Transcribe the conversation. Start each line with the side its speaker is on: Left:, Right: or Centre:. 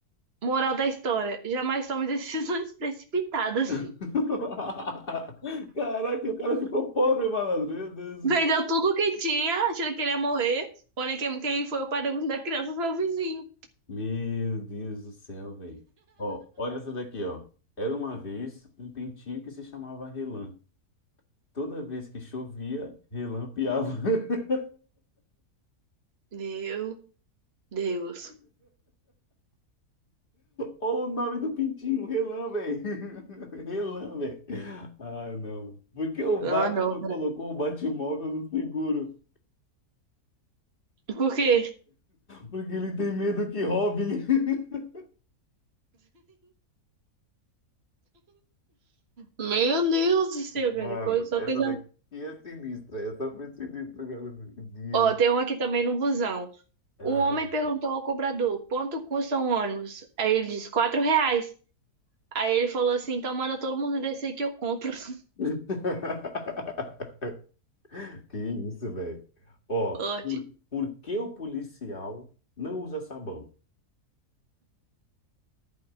Right: Moral da história: jamais tome decisões <laughs> precipitadas.
Left: <laughs> Caraca, o cara ficou pobre, malandro. Meu Deus do
Right: Vendeu
Left: céu.
Right: tudo o que tinha, achando que ele ia morrer. Porém, quem, quem foi o pai da criança foi o vizinho.
Left: Meu Deus do céu, velho. Ó, olha essa daqui, ó. Era uma vez um pintinho que se chamava Relan. Toda vez que chovia, Relan piava. <laughs>
Right: Meu Deus.
Left: Olha o nome do pintinho, Relan, velho. <laughs> Relan, velho. Ah, não. Por que o Batman
Right: Ah, não.
Left: colocou o Batmóvel no seguro?
Right: Por quê?
Left: Porque ele tem medo que roubem. <laughs>
Right: Meu Deus do céu,
Left: Mano,
Right: cara. coisa- Só
Left: essa
Right: coisa.
Left: daqui é sinistra. Essa foi sinistra, cara. Meu Deus.
Right: Ó, tem um aqui também no busão.
Left: Ai.
Right: Um homem perguntou ao cobrador: quanto custa um ônibus? Aí ele disse: quatro reais. Aí ele falou assim: então manda todo mundo descer que eu compro. <laughs>
Left: <laughs> Que isso, velho. Ó,
Right: Ótimo.
Left: por, por que o policial não usa sabão?